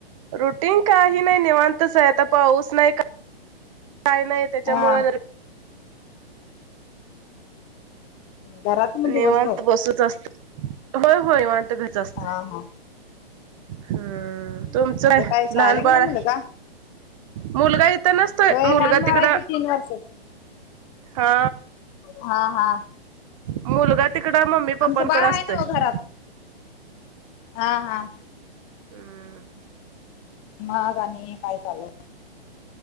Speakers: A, on the right; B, on the left.
A: रुटीन काही नाही निवांतच आहे आता पाऊस नाही काही नाही. त्याच्यामुळे
B: हा घरात मग दिवसभर
A: नेवांत बसूच असत. होय होय वटच असत
B: हा हा
A: हम्म. तुमचं
B: मुलं काय शाळेला
A: लहान
B: गेला
A: बाळ.
B: मुलगा?
A: मुलगा इथं नसतोय,
B: होय
A: मुलगा
B: लहान बाळ
A: तिकड
B: आहे की तीन वर्षाच
A: हा.
B: हा हा.
A: मुलगा तिकड मम्मी
B: आमचं
A: पप्पांकडे
B: बाळ
A: असतोय.
B: आहे ना ओ घरात. हा हा.
A: हम्म.
B: मग आणि काय चालू.